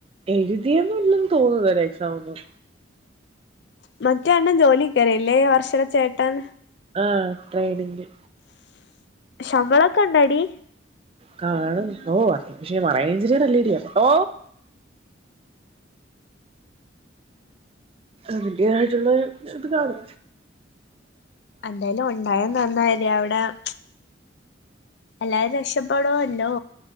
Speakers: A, on the right; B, on the left.
A: എഴുതിയേനൊന്നും തോന്ന <unintelligible> എക്സാമൊന്നും
B: മറ്റേ അണ്ണൻ ജോലിക്ക് കേറി ല്ലേ വർഷടെ ചേട്ടൻ
A: ആഹ് ട്രേഡിങ്
B: ശമ്പളൊക്കെ ഇണ്ടോടി
A: കാണും ഓ അത്യാവശ്യം മറൈൻ എഞ്ചിനിയറല്ലെടി അപ്പോ അതിന്റേതായിട്ടുള്ളൊരു ഇത് കാണും
B: എന്തേലും ഉണ്ടായ നന്നായല്ലെ അവിടെ മ് ച്ച് എല്ലാരും രക്ഷപ്പെടോല്ലോ